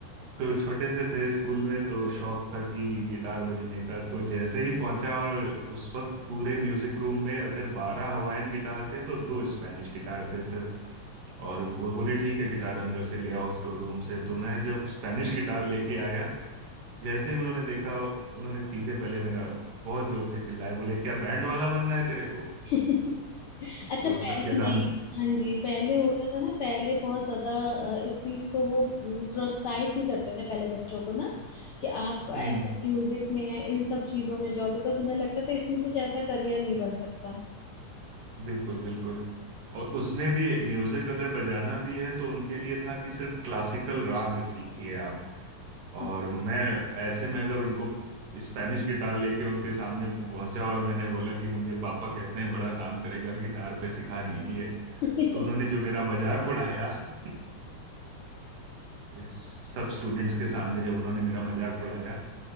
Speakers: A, on the right; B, on the left.
A: तो छोटे से थे स्कूल में तो शौक था कि गिटार बजने का तो जैसे ही पहुंचा और उस वक्त पूरे म्यूजिक रूम में अगर बारह हवाइन गिटार थे तो दो स्पेनिश गिटार थे सिर्फ और वो बोले ठीक है गिटार अंदर से ले आओ स्टोर रूम से तो मैं जब स्पेनिश गिटार लेके आया जैसे ही उन्होंने देखा उन्होंने सीधे पहले मेरा बहुत जोर से चिल्लाए बोले क्या बैंड वाला बनना है तेरे को
B: <laughs> अच्छा
A: तो
B: पहले
A: सबके सामने
B: नहीं हाँ जी पहले होता था ना पहले बहुत ज्यादा अ, इस चीज को वो अम, प्रोत्साहित नहीं करते थे पहले बच्चों को ना कि आप
A: हम्म
B: ऐसे म्यूजिक में या इन सब चीजों में जाओ बिकॉज उन्हें लगता था इसमें कुछ ऐसा करियर नहीं बन सकता
A: बिल्कुल बिल्कुल और उसमें भी म्यूजिक अगर बजाना भी है तो उनके लिए था कि सिर्फ क्लासिकल राग सीखिए आप और
B: जी
A: मैं ऐसे में अगर उनको स्पेनिश गिटार लेके उनके सामने पहुंचा और मैंने बोला कि मुझे पापा कहते हैं बड़ा नाम करेगा गिटार पे सिखा दीजिए
B: <laughs>
A: तो उन्होंने जो मेरा मजाक उड़ाया <laughs> सब स्टूडेंट्स के सामने जब उन्होंने मेरा मजाक उड़ाया